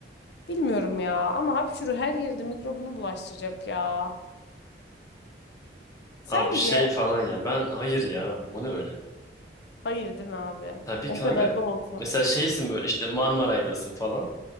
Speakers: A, on the left (about 65°); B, on the left (about 20°).
A: Bilmiyorum ya ama hapşuru her yerde mikrobunu bulaştıracak ya. Sence?
B: Abi şey falan ya. Ben hayır ya. Bu ne öyle?
A: Hayır değil mi abi?
B: Tabii
A: O
B: kanka.
A: kadar da olsun.
B: Mesela şeysin böyle işte Marmaray'dasın falan.